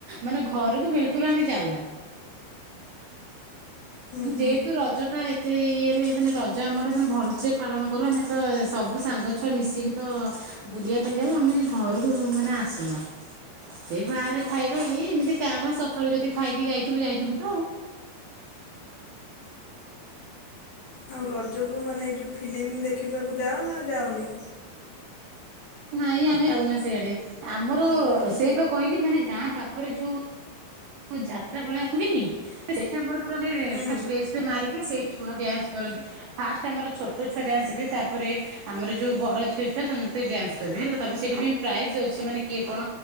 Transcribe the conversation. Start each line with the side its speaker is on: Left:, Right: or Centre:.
Right: ମାନେ ଘରକୁ ବିଲକୁଲ ଆମେ ଯାଉନା
Left: ହୁଁ
Right: ମାନେ
Left: ହୁଁ
Right: ଯେହେତୁ ରଜ ଟା ଏତେ ଇଏ ମାନେ ରଜ ଆମଟେ ମାନେ ଭଲସେ ପାଳନ କରୁ ଆମେ ତ ସବୁ ସାଙ୍ଗ ଛୁଆ ମିଶିକି ତ ବୁଲିବା ପାଇଁ ଯାଉ ଆମେ ଘରକୁ ମାନେ ଆସୁନା ସେଇ ବାହାରେ ଖାଇବା ଇଏ ଏମିତି କା ବା ସକାଳୁ ଯଦି ଖାଇକି ଯାଇଥିବୁ ଯାଇଥିବୁ ତ ଆଉ
Left: ଆଉ ରଜକୁ ମାନେ ଏଇ ଯୋଉ ଫିଲ୍ମ ଦେଖିବାକୁ ଯାଅ ନା ଯାାଉନି
Right: ନାଇଁ ଆମେ ଯାଉନା ସେଆଡେ ଆମର
Left: ମୁଁ କହିଲି
Right: ସେଇ ବା କହିଲି ମାନେ ଗାଁ ପାଖ ଖରେଛୁ ଯାତ୍ରା ଭଳିଆ ହୁଏନି ସେଠି ଆମର ପୁରେ
Left: ହୁଁ।
Right: ପୁରା ଷ୍ଟେଜ ମାରିକି ସେଇ ଛୁଆ ଡ୍ୟାନ୍ସ କରନ୍ତି ଫାଷ୍ଟ ଆମର ଛୋଟ ଛୁଆ ଡ୍ୟାନ୍ସ କରିବେ ତାପରେ ଆମର ଯୋଉ ବଡ ଝିଅ ଛୁଆ ସମସ୍ତେ ଡ୍ୟାନ୍ସ କରିବେ ହେଲା ତାପରେ ସେଇଥିପାଇଁ ପ୍ରାଇଜ ଅଛି ମାନେ କିଏ କଣ